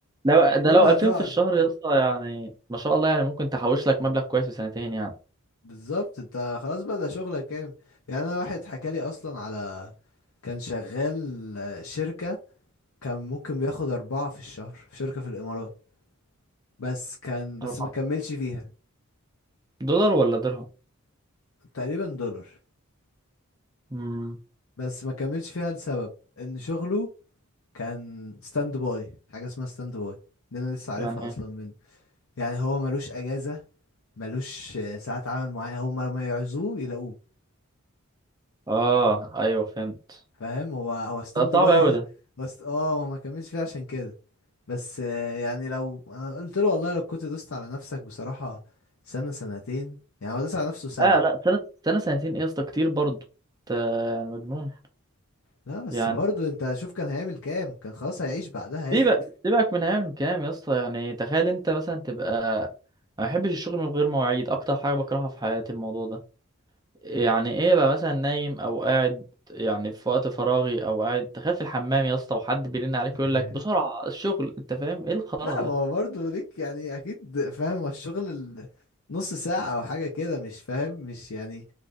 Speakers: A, on the right; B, on the left.
A: لو ده
B: اظن
A: لو
B: هتقعد
A: 2000 في الشهر يا اسطى يعني ما شاء الله يعني ممكن تحوش لك مبلغ كويس في سنتين يعني
B: بالظبط انت خلاص بقى ده شغلك كام يعني انا واحد حكى لي اصلا على كان شغال آه، شركة كان ممكن بياخد أربعة في الشهر في شركة في الإمارات بس كان بس
A: أربعة
B: ما كملش فيها
A: دولار ولا درهم
B: تقريبا دولار
A: امم
B: بس ما كملش فيها لسبب إن شغله كان ستاند باي حاجة اسمها ستاند باي دي أنا لسه عارفها
A: يعني إيه؟
B: أصلا منه يعني هو ملوش أجازة ملوش ساعة عمل معينة هما لما يعوزوه يلاقوه
A: اه ايوه فهمت
B: فاهم هو هو ستاند
A: ده صعب
B: باي
A: قوي ده
B: <laughs> بس اه هو ما كملش فيه عشان كده بس آه، يعني لو انا قلت له والله لو كنت دوست على نفسك بصراحة سنة سنتين يعني هو داس على نفسه سنة
A: اه لا سنة سنة سنتين ايه يا اسطى كتير برضه انت يعني مجنون
B: لا
A: يعني
B: بس برضه انت شوف كان هيعمل كام كان خلاص هيعيش بعدها يعني
A: سيبك سيبك من عام كام يا اسطى يعني تخيل انت مثلا تبقى ما بحبش الشغل من غير مواعيد اكتر حاجة بكرهها في حياتي الموضوع ده يعني ايه بقى مثلا نايم او قاعد يعني في وقت فراغي او قاعد تخيل في الحمام يا اسطى وحد بيرن عليك
B: <laughs>
A: يقول لك بسرعه الشغل انت فاهم ايه الخرا
B: لا
A: ده
B: ما هو برضه ليك يعني اكيد فاهم هو الشغل ال- نص ساعة او حاجة كده مش فاهم مش يعني